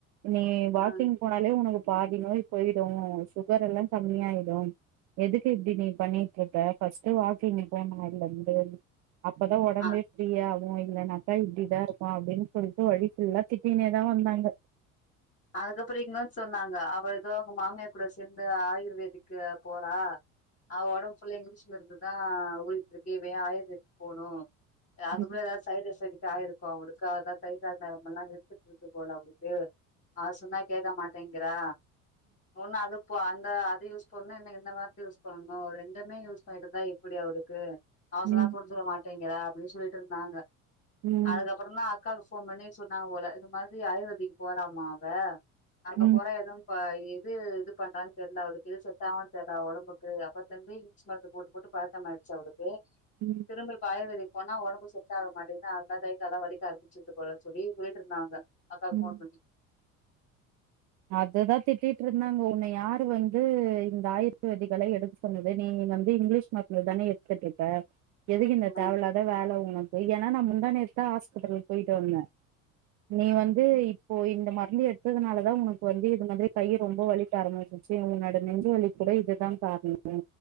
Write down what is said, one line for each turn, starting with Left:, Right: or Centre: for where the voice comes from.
Right: நீ
Left: ஆ
Right: வாக்கிங் போனாலே உனக்கு பாதி நோய் போய்டு சுகர் எல்லா கம்மியாய்டும் எதுக்கு இப்டி நீ பண்ணிட்ருக்கே ஃபஸ்ட் வாக்கிங் போன அதுலருந்து அப்பதா உடம்பே
Left: ஆ
Right: அப்டியாகும் இல்லனாக்கா இப்டிதாருக்கு அப்டின்னு சொல்லிட்டு வழி ஃபுல்லா திட்டினேதா வந்தாங்க
Left: அதுக்கப்றோ இன்னோன்னு சொன்னாங்க அவள்க்கு அவுங்க மாமியார் கூட சேர்ந்து ஆயுர்வேதிக்கு போறா அவ ஒடம்ஃபுல்லா இங்க்லீஷ் மருந்துதா ஊறிட்ருக்கு இவயே ஆயுர் வேதிக்குபோணு அதுக்குள்ள
Right: ம்
Left: ஏதாச் சைடு எஃபெக்ட்டா ஆய்ருக்கு அவங்களுக்கு அதா கை கால் நரம்பெல்லா இழுத்துட்ருக்கு போல அவுங்களுக்கு அவ சொன்னா கேக்க மாட்டேங்கிறா ஒன்னு அது இப்போ அந்த அது யூஸ் பண்ணு இல்ல இந்த மருந்து யூஸ் பண்ணு ரெண்டுமே யூஸ் பண்ணிட்டு இருந்தா எப்டி அவளுக்கு அவ சொன்னா
Right: ம்
Left: புரிஞ்சுக்ற மாட்டேங்கிறா அப்டின்னு சொல்ட்டு இருந்தாங்க
Right: ம் ம்
Left: அதுக்கப்றோந்தா அக்காகு ஃபோன் பண்ணி சொன்னாங்க போல இது மாதிரி ஆயுர்வேதிக்கு போறாமா அவ அங்க
Right: ம்
Left: போற எதுவு இப்ப எது இது பண்றானு தெர்ல அவளுக்கு சொட்டாகு தெர்ல அவ ஒடம்புக்கு அப்பத்லருந்து இ ங்லீஷ் மருந்து போட்டு போட்டு பழக்கமாயிடுச்சு அவளுக்கு
Right: ம்
Left: திரும்ப இப்ப ஆயுர்வேதிக்கு போனா ஒடம்பு செட் ஆக மாட்டேங்துன்ன அதா கை கால்லா வலிக்க ஆரம்பச்சுருக்கு போலனு சொல்லி சொல்லிட்ருந்தாங்க அக்காக்கு ஃபோன்
Right: ம்
Left: பண்ணி
Right: அததா திட்டிட்ருந்தாங்க உன்ன யாரு வந்து இந்த ஆயுர்வேதிகள்ளா எடுக்க சொன்னது நீ வந்து இங்க்லீஷ் மருந்துதானே எடுத்துட்ருக்க எதுக்கு இந்த
Left: ம்
Right: தேவல்லாத வேல உனக்கு ஏன்னா நா முந்தா நேத்துதா ஆஸ் பிடல்க்கு போயிட்டு வந்தே நீ வந்து இப்போ இந்த மருந்து எடுத்ததுனாலதா உனக் வந்து இது மாரி கையு ரொம்போ வலிக்க ஆரம்பிச்சிருச்சு உன்னோட நெஞ்சு வலிக்கு கூட இதுதா காரணோ